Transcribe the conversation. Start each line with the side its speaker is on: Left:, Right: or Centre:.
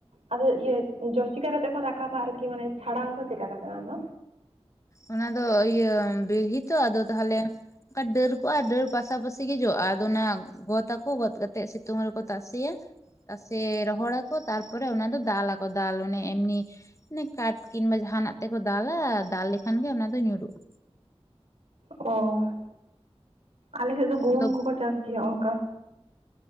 Right: ᱟᱫᱚ ᱤᱭᱟᱹ ᱡᱚ ᱪᱤᱠᱟ ᱠᱟᱛᱮ ᱠᱚ ᱨᱟᱠᱟᱵᱟ, ᱟᱨᱠᱤ ᱢᱟᱱᱮ ᱪᱷᱟᱲᱟᱣ ᱟᱠᱚ ᱪᱮᱠᱟ ᱠᱟᱛᱮ ᱚᱱᱟ ᱫᱚ?
Left: ᱚᱱᱟ ᱫᱚ ᱤᱭᱟᱹ ᱵᱮᱲᱦᱤ ᱛᱚ ᱟᱫᱚ ᱛᱟᱦᱞᱮ ᱚᱱᱠᱟ ᱰᱟᱹᱨ ᱠᱚᱜᱼᱟ᱾ ᱰᱟᱹᱨ ᱯᱟᱥᱟᱯᱟᱹᱥᱤ ᱜᱮ ᱡᱚᱜᱼᱟ᱾ ᱟᱫᱚ ᱚᱱᱟ ᱜᱚᱫ ᱟᱠᱚ, ᱜᱚᱫᱽ ᱠᱟᱛᱮᱜ ᱥᱤᱛᱩᱝ ᱨᱮᱠᱚ ᱛᱟᱥᱮᱭᱟ᱾ ᱛᱟᱥᱮ ᱨᱚᱦᱚᱲ ᱟᱠᱚ ᱛᱟᱨᱯᱚᱨᱮ ᱚᱱᱟ ᱫᱚ ᱫᱟᱞ ᱫᱟᱞ ᱚᱱᱮ ᱮᱢᱱᱤ ᱚᱱᱮ ᱠᱟᱴ ᱠᱤᱢᱵᱟ ᱡᱟᱦᱟᱸᱱᱟᱜ ᱛᱮᱠᱚ ᱫᱟᱞᱟ ᱫᱟᱞ ᱞᱮᱠᱷᱟᱱ ᱜᱮ ᱚᱱᱟ ᱫᱚ ᱧᱩᱨᱩᱜᱼᱟ᱾
Right: ᱚᱻ᱾ ᱟᱞᱮᱥᱮᱫ ᱫᱚ ᱜᱩᱦᱩᱢ
Left: ᱟᱫᱚ
Right: ᱠᱚᱠᱚ ᱪᱟᱥ ᱜᱮᱭᱟ ᱚᱱᱠᱟ